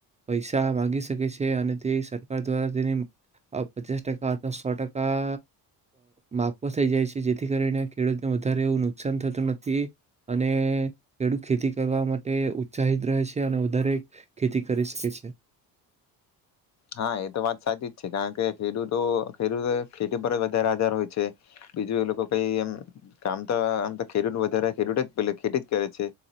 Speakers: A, on the right; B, on the left.
A: પૈસા માગી શકે છે અને તે સરકાર દ્વારા તેની પચાસ ટકા અથવા સો ટકા માપ થઈ જાય છે જેથી કરીને ખેડૂતને વધારે એવું નુકસાન થતું નથી અને ખેડૂત ખેતી કરવા માટે ઉત્સાહિત રહે છે અને વધારે ખેતી કરી શકે છે
B: હા એ તો વાત સાચી જ છે કારણ કે ખેડૂતો ખેડૂતો ખેતી પર જ વધારે આધાર હોય છે બીજું એ લોકો કઈ એમ કામ તો આમ તો ખેડૂત વધારે ખેડૂત જ ખેતી જ કરે છે